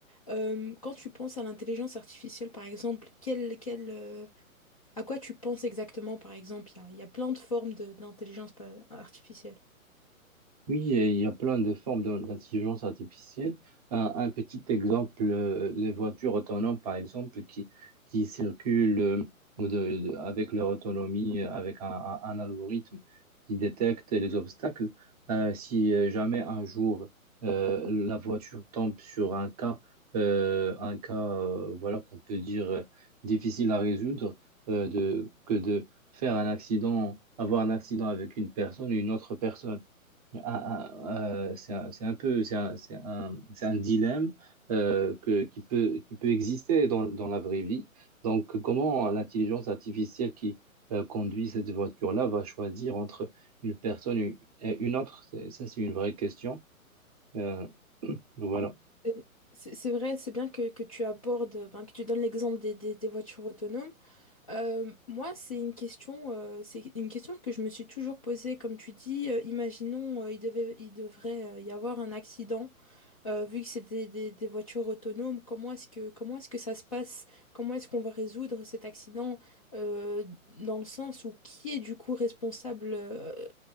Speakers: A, on the left; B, on the right.
A: euh, quand tu penses à l'intelligence artificielle, par exemple, quel, quel, euh, à quoi tu penses exactement, par exemple? Il y a, il y a plein de formes de- d'intelligence pa- artificielle.
B: Oui, et il y a plein de formes d'in- d'intelligence artificielle. Un, un petit exemple, euh, les voitures autonomes, par exemple, qui, qui circulent euh, de- de- avec leur autonomie, euh, avec un, un- un algorithme qui détecte les obstacles. Euh, si euh, jamais un jour euh, la voiture tombe sur un cas, euh, un cas, euh, voilà, qu'on peut dire euh, difficile à résoudre, euh, de, que de faire un accident, avoir un accident avec une personne et une autre personne. Un- un- euh, c'est un, c'est un peu, c'est un, c'est un, c'est un dilemme euh, que, qui peut, qui peut exister dans, dans la vraie vie. Donc, comment l'intelligence artificielle qui euh, conduit cette voiture-là va choisir entre une personne et une autre? C'est- Ça, c'est une vraie question. Euh, <clears throat> voilà.
A: Euh, C'est c'est vrai, c'est bien que, que tu abordes, ben, que tu donnes l'exemple des, des- des voitures autonomes. Euh, moi, c'est une question, euh, c'est une question que je me suis toujours posée. Comme tu dis, euh, imaginons, euh, il devait, il devrait euh, y avoir un accident Euh, vu que c'est des, des- des voitures autonomes, comment est-ce que, comment est-ce que ça se passe? Comment est-ce qu'on va résoudre cet accident euh, dans le sens où qui est du coup responsable euh,